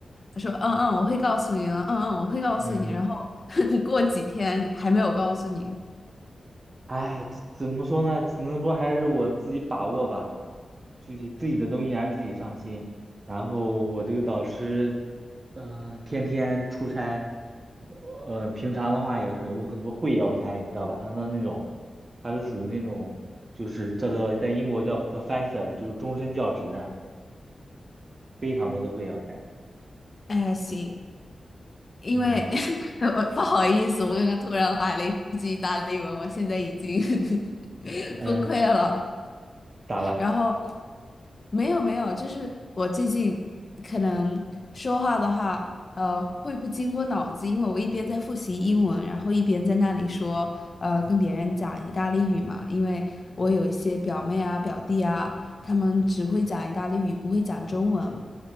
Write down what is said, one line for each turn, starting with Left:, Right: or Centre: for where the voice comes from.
Left: 他说嗯嗯我会告诉你了，嗯嗯我会告诉你，
Right: 嗯，
Left: 然后 <laughs> 过几天还没有告诉你。
Right: 哎，怎怎么说呢？只能说还是我自己把握吧。具体自己的东西还是自己上心。然后我这个导师，嗯、天天出差，呃，平常的话也很有很多会要开，你知道吧？他的那种，他是属于那种，就是叫做在英国叫 professor，就是终身教职的，非常多的会要开。
Left: 哎，行。因为
Right: 嗯
Left: <laughs> 我不好意思，我刚刚突然来了一句意大利文，我现在已经 <laughs>
Right: 嗯，
Left: 崩溃了。
Right: 咋了？
Left: 然后没有没有，就是我最近可能说话的话，呃，会不经过脑子，因为我一边在复习英文，然后一边在那里说，呃，跟别人讲意大利语嘛。因为我有一些表妹啊、表弟啊，他们只会讲意大利语，不会讲中文，